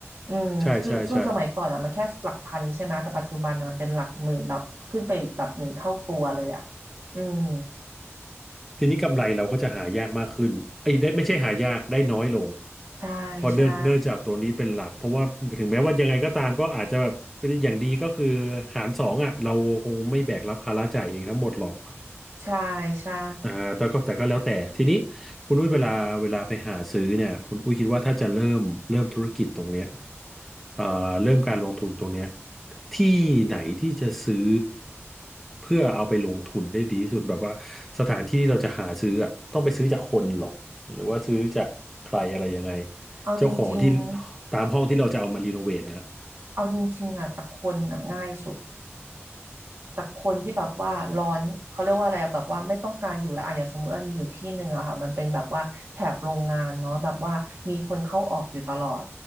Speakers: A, on the right; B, in the centre.
A: อืมคือส่วนสมัยก่อนอะมันแค่หลักพันใช่ไหมแต่ปัจจุบันอะมันเป็นหลักหมื่นแบบขึ้นไปแบบหนึ่งเท่าตัวเลยอะ
B: ใช่ใช่ใช่
A: อืม
B: ทีนี้กำไรเราก็จะหายากมากขึ้นไอ้ยได้ไม่ใช่หายากได้น้อยลง
A: ใช่ใช่
B: เพอเนื่องเนื่องจากตัวนี้เป็นหลัก เพราะว่าถึงแม้ว่ายังไงก็ตามก็อาจจะแบบอย่างดีก็คือหารสองอ่ะเราคงไม่แบกรับภาระจ่ายเองทั้งหมดหรอก
A: ใช่ใช่
B: อ่าแต่ก็แต่ก็แล้วแต่ทีนี้คุณอุ้ยเวลาเวลาไปหาซื้อเนี่ยคุณอุ้ยคิดว่าถ้าจะเริ่มเริ่มธุรกิจตรงเนี้ยเอ่อเริ่มการลงทุนตรงเนี้ยที่ไหนที่จะซื้อเพื่อเอาไปลงทุนได้ดีที่สุดแบบว่าสถานที่เราจะหาซื้ออ่ะต้องไปซื้อจากคนเหรอหรือว่าซื้อจากใครอะไรยังไง
A: เอาจริงๆ
B: เจ้าของที่ตามห้องที่เราจะเอามารีโนเวทนะฮะ
A: เอาจริงๆอ่ะจากคนน่ะง่ายสุด จากคนที่แบบว่าร้อนเขาเรียกว่าอะไรอะแบบว่าไม่ต้องการอยู่แล้วอะอย่างสมมติว่ามีอยู่ที่หนึ่งอะค่ะมันเป็นแบบว่าแถบโรงงานเนาะแบบว่ามีคนเข้าออกอยู่ตลอด